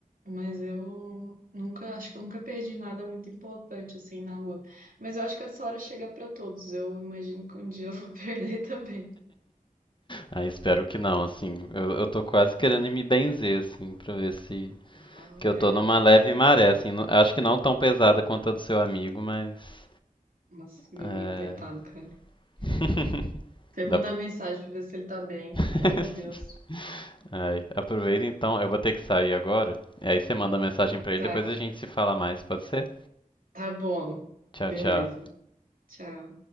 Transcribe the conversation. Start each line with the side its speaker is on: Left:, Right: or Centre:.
Right: mas eu nunca, acho que eu nunca perdi nada muito importante assim na rua. Mas eu acho que essa hora chega pra todos. Eu imagino que um dia eu vou <laughs> perder também.
Left: Ah, espero que não, assim. Eu, eu tô quase querendo me benzer, assim, pra ver se.
Right: Ah,
Left: Que eu
Right: é.
Left: tô numa leve maré, assim. não- acho que não tão pesada quanto a do seu amigo, mas.
Right: Nossa, meu
Left: É.
Right: amigo, coitado, cara.
Left: <laughs>
Right: Você
Left: Dá
Right: manda mensagem pra ver se ele tá bem.
Left: <laughs>
Right: Oh, Deus.
Left: Ai, aproveita então, eu vou ter que sair agora. E aí você manda mensagem pra
Right: Tá,
Left: ele, depois a gente se fala mais, pode ser?
Right: tá bom.
Left: Tchau,
Right: Beleza.
Left: tchau.
Right: Tchau.